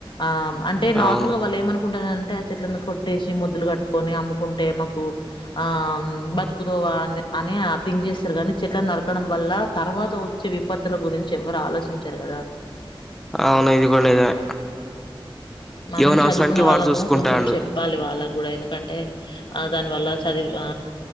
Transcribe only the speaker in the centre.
అవును
అవును ఇది కూడా నిజమే
ఎవని
అవసరానికి
వాడు చూసుకుంటాండు